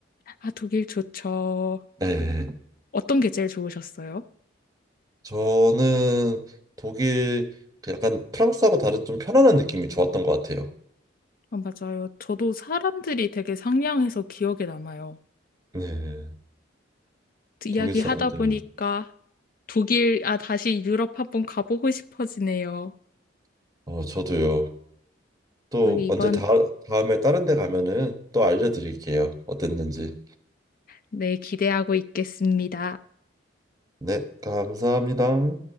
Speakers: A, on the left; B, on the right.
A: 아, 독일 좋죠.
B: 네.
A: 어떤 게 제일 좋으셨어요?
B: 저는 독일 그 약간 프랑스하고 다른 좀 편안한 느낌이 좋았던 것 같아요.
A: 아, 맞아요. 저도 사람들이 되게 상냥해서 기억에 남아요.
B: 네.
A: 이야기
B: 독일 사람들
A: 하다 보니까 독일, 아, 다시 유럽 한번 가보고 싶어지네요.
B: 어, 저도요. 또
A: 아, 이번,
B: 언제 다 다음에 다른 데 가면은 또 알려드릴게요. 어땠는지.
A: 네, 기대하고 있겠습니다.
B: 네, 감사합니다.